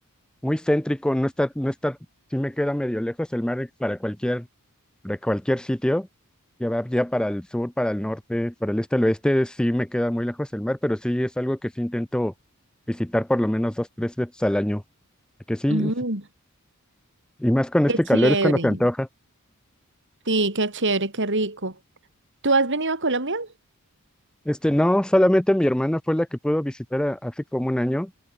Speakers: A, in the centre; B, on the right.
A: muy céntrico, no está, no está, sí me queda medio lejos el mar para cualquier, de cualquier sitio. Ya va ya para el sur, para el norte, para el este, el oeste, sí me queda muy lejos el mar, pero sí es algo que sí intento visitar por lo menos dos, tres veces al año. Que sí,
B: mm,
A: y más con este
B: qué chévere.
A: calor es cuando se antoja.
B: Sí, qué chévere, qué rico. ¿Tú has venido a Colombia?
A: Este, no, solamente mi hermana fue la que pudo visitar a- hace como un año